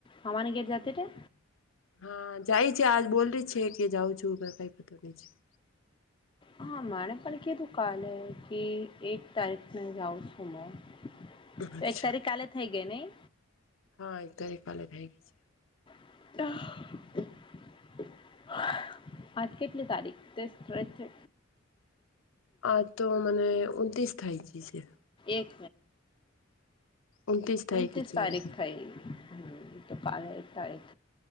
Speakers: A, on the left; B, on the left.
A: મામાની ગેર જાતતે.
B: હા જાય છે આજ બોલી છે કે જાઉ છું કઈ. <unintelligible>
A: હા મરે પણ કીધું કાલે હ કી એક તારીખને જાઉં છું હ. તો
B: અચ્છા
A: એક તારીખ કાલે થઈ ગઈ નીય.
B: હા એક તારી કાલે થઈ ગઈ છે.
A: <inaudible> આજ કેટલી તારીખ સ <unintelligible> છે.
B: આ તો મને ઉંનત્રીસ થાય જ છે.
A: આજ
B: ઉનત્રીસ થાય
A: ત્રીસ
B: ગઈ છે
A: તારીખ
B: એમ
A: થઈ. તો કાલે એક તારીક.